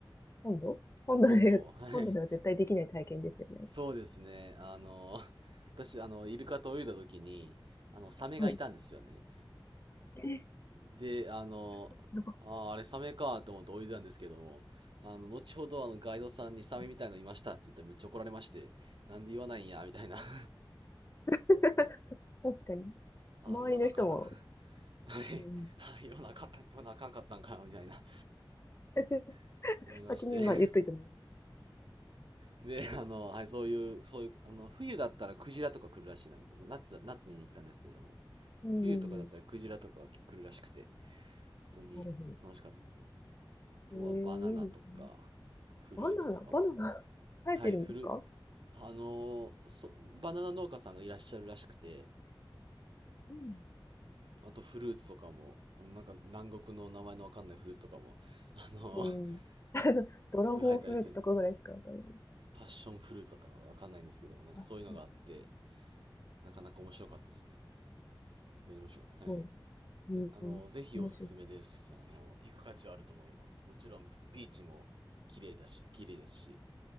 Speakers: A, on the left; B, on the right.
A: 本土本土で、
B: 本堂、はい。
A: 本土では絶対できない体験ですよね。
B: そうですね。あの、私あのイルカと泳いだ時に、あのサメがいたんですよね。
A: はい。え、
B: で、あの、
A: やっ
B: あーあれサメかと思って泳いでたんですけども、あの、後ほどあのガイドさんにサメみたいのいましたって言ったらめっちゃ怒られまして、
A: うん
B: なんで言わないんや、みたいな。<laughs>
A: <laughs> 確かに。
B: ああ、
A: 周りの人も、
B: 言わなあかんなあかん。はい。
A: うん、
B: <laughs> はい。言わなあかった、言わなあかんかったんかな、みたいな
A: <laughs>
B: <laughs> 思いまして。
A: 先にまあ言っといてもらえる。
B: <laughs> で、あの、はい、そういう、そういう、あの、冬だったらクジラとか来るらしいなんですよ。夏夏に行ったんですけれども。
A: うん、
B: 冬とかだったらクジラとかが来るらしくて、
A: うん、うんうん。
B: 本当に楽しかったんです。
A: なるほど。
B: あとはバナナとか、
A: ええいいですね。
B: フルーツとかも。
A: バナナ、バナナ、生えてるんですか
B: はい、フル、あの、そ、バナナ農家さんがいらっしゃるらしくて、
A: うん。
B: あとフルーツとかも、あの、なんか南国の名前のわかんないフルーツとかも、あの、
A: うん。<laughs>
B: <laughs>
A: ドラゴンフルーツとかぐらいしかわかんないです。
B: 生えたりするんですパッションフルーツだったかなわかんないんですけど、なんかそういうのがあって、
A: あ、そう。す
B: なかなか面白かったですね。本当に面白い。はい。
A: ごい。うん、
B: であの、
A: うん。
B: ぜひおすすめです。
A: 面白い。
B: あの、行く価値はあると思います。もちろん、ビーチも綺麗だし、綺麗ですし。